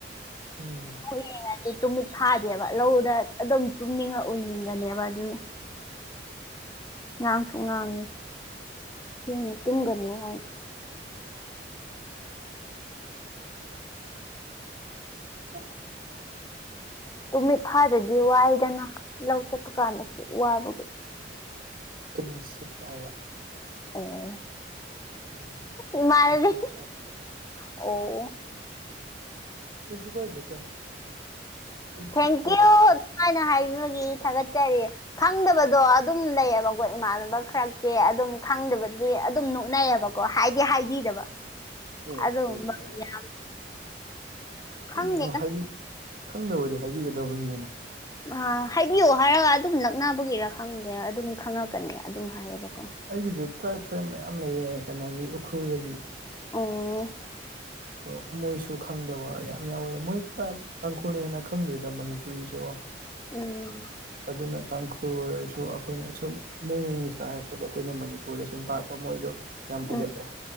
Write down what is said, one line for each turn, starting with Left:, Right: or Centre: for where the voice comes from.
Right: ꯎꯝ
Left: ꯌꯦꯡꯉꯗꯤ ꯇꯨꯃꯤꯠ ꯐꯥꯗꯦꯕ ꯂꯧꯗ ꯑꯗꯨꯝ ꯇꯨꯝꯅꯤꯡꯉ ꯎꯅꯤꯡꯒꯅꯦꯕ ꯑꯗꯨꯅꯤ ꯉꯥꯡꯁꯨ ꯉꯥꯡꯉꯤ ꯊꯦꯡꯅ ꯇꯨꯝꯒꯅꯤ ꯍꯥꯏ
Right: ꯑ
Left: ꯇꯨꯃꯤꯠ ꯈꯥꯏꯗꯗꯤ ꯋꯥꯏꯗꯅ ꯂꯧ ꯆꯠꯄ ꯀꯥꯟꯗꯁꯨ ꯋꯥꯕꯒꯤ
Right: ꯇꯤꯝ ꯁꯤꯠ ꯍꯥꯏꯕ
Left: ꯑꯣ
Right: ꯎꯝ
Left: ꯏꯃꯥꯅꯥꯕꯤ
Right: ꯇꯨꯝꯁꯤꯠ ꯐꯥꯗꯕ
Left: ꯑꯣ
Right: ꯀꯩꯁꯨ ꯀꯥꯏꯗꯦꯗ ꯇꯨꯝꯁꯤꯠ
Left: ꯊꯦꯡꯀ꯭ꯌꯨ
Right: ꯐꯥꯗꯕ
Left: ꯑꯗꯨꯃꯥꯏꯅ ꯍꯥꯏꯕꯒꯤ ꯊꯥꯒꯠꯆꯔꯤ ꯈꯪꯗꯕꯗꯣ ꯑꯗꯨꯝ ꯂꯩꯌꯦꯕꯀꯣ ꯏꯃꯥꯟꯅꯕ ꯈꯔꯛꯇꯤ ꯑꯗꯨꯝ ꯈꯪꯗꯕꯗꯤ ꯑꯗꯨꯝ ꯅꯣꯛꯅꯩꯌꯦꯕꯀꯣ ꯀꯣ ꯍꯥꯏꯗꯤ ꯍꯥꯏꯕꯤꯗꯕ
Right: ꯑꯦ
Left: ꯑꯗꯨꯒꯨꯝꯕ
Right: ꯀꯩꯒꯤ
Left: ꯌꯥꯝ
Right: ꯀꯩꯒꯤꯅꯣ
Left: ꯈꯪꯗꯦꯗ
Right: ꯍꯥꯏ ꯈꯪꯗꯕꯗꯤ ꯍꯥꯏꯕꯤꯒꯗꯕꯅꯤ ꯀꯩꯅꯣ
Left: ꯑ ꯍꯥꯏꯕꯤꯌꯣ ꯍꯥꯏꯔꯒ ꯑꯗꯨꯝ ꯅꯛꯅꯕꯒꯤꯔ ꯈꯪꯗꯦ ꯑꯗꯨꯝ ꯈꯪꯉꯛꯀꯅꯤ ꯑꯗꯨꯝ ꯍꯥꯏꯌꯦꯕꯀꯣ
Right: ꯑꯩꯒꯤꯁꯨ ꯇ꯭ꯔꯥꯏꯕ ꯐ꯭ꯔꯦꯟ ꯃꯌꯥꯝ ꯂꯩꯌꯦ ꯀꯩꯅꯣꯒꯤ ꯎꯈ꯭ꯔꯨꯜꯗꯒꯤ
Left: ꯑꯨꯡ
Right: ꯑꯗꯣ ꯃꯣꯏꯁꯨ ꯈꯪꯗꯕ ꯌꯥꯝ ꯌꯥꯎꯋꯦ ꯃꯣꯏ ꯇꯥꯡꯈꯨꯜꯅ ꯍꯦꯟꯅ ꯈꯪꯗꯦꯗ ꯃꯅꯤꯄꯨꯔꯤꯁꯦ ꯑꯣ
Left: ꯎꯝ
Right: ꯑꯗꯨꯅ ꯇꯥꯡꯈꯨꯜ ꯑꯣꯏꯔꯁꯨ ꯑꯈꯣꯏꯅ ꯁꯨꯝ ꯃꯣꯏꯅ ꯏꯪꯂꯤꯁꯇ ꯍꯥꯏꯔꯛꯄꯗ ꯑꯩꯈꯣꯏꯅ ꯃꯅꯤꯄꯨꯔ ꯁꯨ ꯁꯨꯝ ꯇꯥꯛꯔꯛꯄ ꯃꯣꯏꯗꯣ ꯌꯥꯝ ꯍꯩꯒꯠꯂꯦ
Left: ꯎꯝ
Right: ꯍ